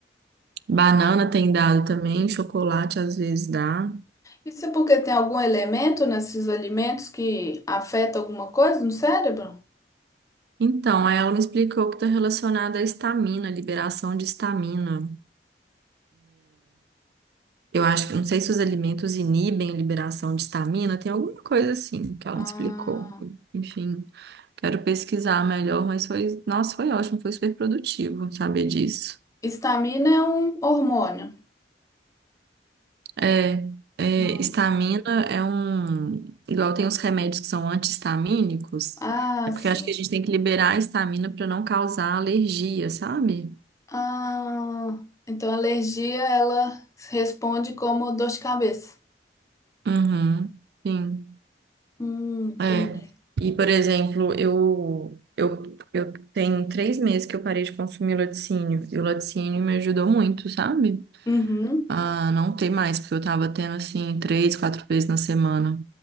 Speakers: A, on the right; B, on the left.
A: banana tem dado também, chocolate às vezes dá.
B: isso é porque tem algum elemento nesses alimentos que afeta alguma coisa no cérebro?
A: Então, aí ela me explicou que está relacionada à histamina, liberação de histamina. Eu acho que, não sei se os alimentos inibem a liberação de histamina, tem alguma coisa assim que ela
B: Ah,
A: me explicou. Enfim, quero pesquisar melhor, mas foi, nossa, foi ótimo, foi super produtivo saber disso.
B: histamina é um hormônio.
A: É, é,
B: Ah,
A: histamina é um, igual tem os remédios que são anti-histamínicos,
B: ah,
A: é
B: sim.
A: porque eu acho que a gente tem que liberar a histamina para não causar alergia, sabe?
B: Ah, então a alergia ela responde como dor de cabeça.
A: Uhum, sim.
B: Hum, entendi.
A: É. E, por exemplo, eu, eu, eu tenho três meses que eu parei de consumir laticínio. E o laticínio me ajudou muito, sabe?
B: Uhum.
A: A não ter mais, porque eu tava tendo, assim, três, quatro vezes na semana.